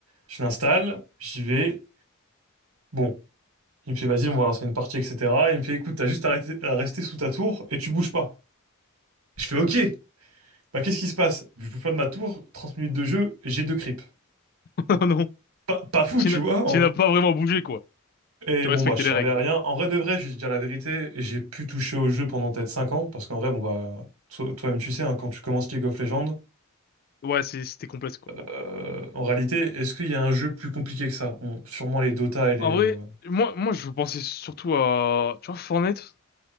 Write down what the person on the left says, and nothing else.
<laughs> Oh non,
tu
n'as
tu
n'as
pas vraiment bougé, quoi.
Tu respectais
les
règles.
Ouais, c'est- c'était complexe, quoi.
En vrai,
moi, moi, je pensais surtout à... Tu vois, Fortnite,